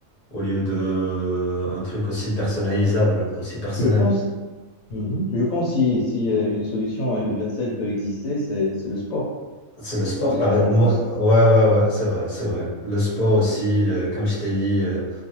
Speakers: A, on the left; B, on the left.
A: au lieu de euh, un truc aussi personnalisable, aussi personnel.
B: Je pense, Mhm. Je pense si, si euh, une solution universelle peut exister, c'est, c'est le sport.
A: C'est le sport,
B: Qu'est-ce
A: pareil.
B: que tu en
A: Moi,
B: penses?
A: ouais, ouais, ouais, c'est vrai, c'est vrai. Le sport aussi, euh, comme je t'ai dit, euh,